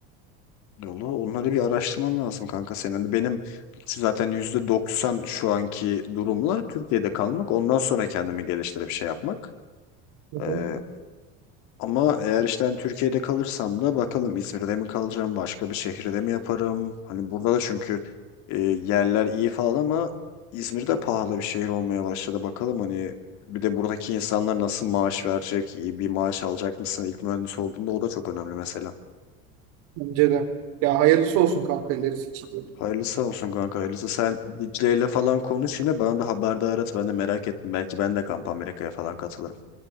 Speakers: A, on the left (about 60°); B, on the right (about 70°).
A: Valla onları bir araştırman lazım kanka senin. Hani benim zaten %90 şu anki durumla Türkiye'de kalmak. Ondan sonra kendimi geliştirip şey yapmak.
B: Hı
A: Ee,
B: hı.
A: ama eğer işte hani Türkiye'de kalırsam da bakalım İzmir'de mi kalacağım, başka bir şehirde mi yaparım? Hani burada da çünkü e, yerler iyi falan ama İzmir'de pahalı bir şehir olmaya başladı. Bakalım hani bir de buradaki insanlar nasıl maaş verecek, iyi bir maaş alacak mısın? ilk mühendis olduğunda o da çok önemli mesela.
B: Bence de. Ya hayırlısı olsun kanka ilerisi için.
A: Hayırlısı olsun kanka hayırlısı. Sen Dicle'yle falan konuş yine bana da haberdar et. Ben de merak ettim. Belki ben de Kamp Amerika'ya falan katılırım.